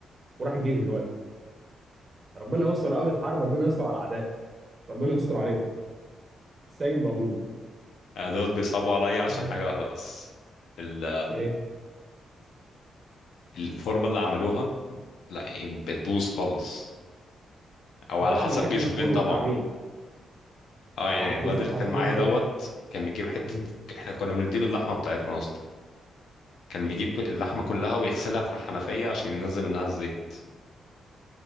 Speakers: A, on the right; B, on the left.
A: وراح الجيش دلوقتي ربنا يستر قامت حرب ربنا يستر على الاعداء ربنا يستر عليهم السيد موجود
B: أنا دوت بيصعبوا عليا عشان
A: مم.
B: حاجة واحدة بس ال...
A: ايه
B: الفورمة اللي عملوها لا يعني بتبوظ خالص أو
A: ده طبعا
B: على حسب
A: من اكل
B: جيشه
A: الفول
B: فين طبعا
A: والتعبين
B: اه يعني
A: على
B: الواد
A: بالظبط
B: اللي
A: على
B: كان
A: حسب
B: معايا
A: ميشو فين
B: دوت كان بيجيب حتة
A: مم.
B: احنا كنا بنديله اللحمة بتاعتنا أصلا كان بيجيب اللحمة كلها ويغسلها في الحنفية عشان ينزل منها الزيت